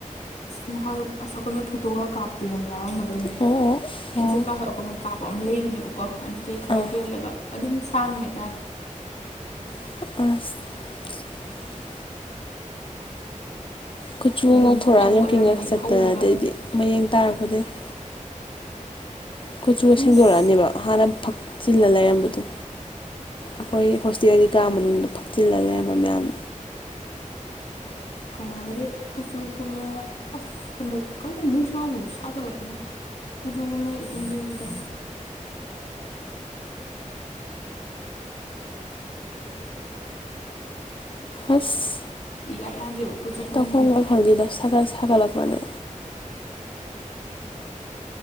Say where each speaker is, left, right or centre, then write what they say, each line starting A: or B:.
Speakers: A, on the left (about 60°); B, on the left (about 40°).
A: <unintelligible> ꯀꯥꯞꯇꯨꯅꯪ ꯌꯥꯎꯔꯝꯃꯔꯣꯏꯅꯦ
B: ꯑꯣ
A: ꯑꯦꯟꯁꯦ
B: ꯑꯣ
A: ꯀꯥ ꯍꯣꯏ ꯑꯩ ꯀꯃꯅ ꯀꯥꯞꯄ ꯑꯃ ꯂꯩꯕꯅꯦꯕꯀꯣ ꯑꯗꯨ ꯑꯇꯩ ꯈꯔ
B: ꯑꯣ
A: ꯍꯦꯜꯂꯒ ꯑꯗꯨꯝ ꯁꯥꯡꯉꯤ ꯍꯥꯏꯇꯥꯔꯦ
B: <unintelligible> ꯀꯨꯆꯨ
A: ꯌꯨꯝ
B: ꯉꯧꯊꯣꯔꯛꯑꯅꯤ
A: ꯅꯛꯅꯕ
B: ꯌꯧꯀꯤꯡꯉꯒ
A: ꯑꯣꯏꯔꯝꯃꯗꯤ
B: ꯆꯠꯇꯅ
A: ꯍꯧꯔꯒ
B: ꯑꯗꯩꯗꯤ ꯃꯌꯦꯡ ꯇꯥꯔꯛꯄꯗꯒꯤꯩ ꯀꯨꯠꯆꯨꯒ
A: ꯑꯁ
B: ꯁꯦꯡꯗꯣꯔꯛꯑꯅꯦꯕ ꯍꯥꯟꯅ ꯐꯛꯆꯤꯜꯂ ꯂꯩꯔꯝꯕꯗꯣ ꯑꯩꯈꯣꯏ ꯍꯣꯁꯇꯦꯜꯒꯤ ꯀꯥ ꯃꯅꯨꯡꯗ ꯐꯛꯆꯤꯜꯂꯒ ꯂꯩꯔꯝꯕ ꯃꯌꯥꯝ
A: ꯀꯔꯥꯏꯗꯒꯤ ꯀꯨꯆꯨ ꯀꯨꯝꯃꯦꯒ ꯑꯁ ꯍꯟꯗꯛ ꯀꯗ ꯅꯨꯡꯁꯥꯁꯤꯁꯨ ꯁꯥꯒꯠꯂꯛꯄꯅꯤꯅ ꯀꯨꯖꯨꯅ ꯏꯁꯤꯡ ꯀꯔꯤꯗꯨꯗ
B: ꯑꯁ
A: ꯏꯌꯥ ꯌꯥꯗꯦꯕ ꯀꯨꯆꯨ ꯀꯨꯃꯦꯟꯁꯦ
B: ꯇꯧꯐꯝꯒ ꯈꯪꯗꯦꯗ ꯁꯥꯒꯠ ꯁꯥꯒꯠꯂꯛꯄꯅꯦ